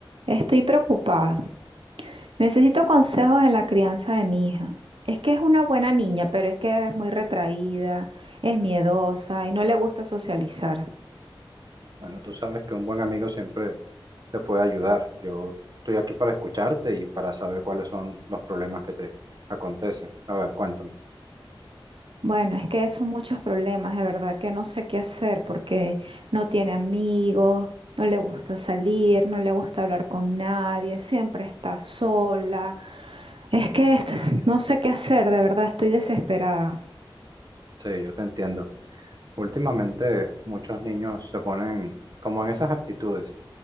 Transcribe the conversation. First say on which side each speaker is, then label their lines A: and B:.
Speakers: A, on the right (about 70°); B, on the right (about 45°).
A: Estoy preocupada. Necesito consejos en la crianza de mi hija. Es que es una buena niña, pero es que es muy retraída, es miedosa y no le gusta socializar.
B: Bueno, tú sabes que un buen amigo siempre te puede ayudar. Yo estoy aquí para escucharte y para saber cuáles son los problemas que te acontecen. A ver, cuéntame.
A: Bueno, es que son muchos problemas, de verdad que no sé qué hacer porque no tiene amigos, no le gusta salir, no le gusta hablar con nadie, siempre está sola. Es que esto- <laughs> no sé qué hacer, de verdad estoy desesperada.
B: Sí, yo te entiendo. Últimamente muchos niños se ponen como en esas actitudes,